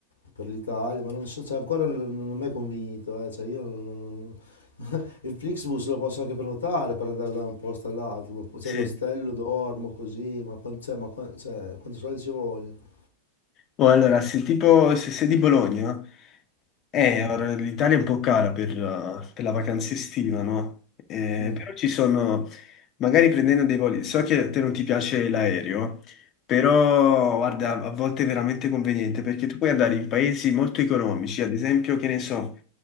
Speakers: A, on the left; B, on the left.
A: per l'Italia, ma non so, cioè, ancora non, non mi è convinto, eh, cioè, io non- non- non- <laughs> il Flixbus lo posso anche prenotare per andare da un posto all'altro, ma poi, cioè,
B: sì.
A: l'ostello dormo così, ma, quan- cioè, ma quan- cioè, quanti soldi ci vogliono?
B: Oh, allora, se tipo se sei di Bologna, eh, ora l'Italia è un po' cara per, eh, per la vacanza estiva, no? Eh,
A: Mm.
B: però ci sono, magari prendendo dei voli, so che a te non ti piace l'aereo, però guarda, a volte è veramente conveniente perché tu puoi andare in paesi molto economici, ad esempio, che ne so,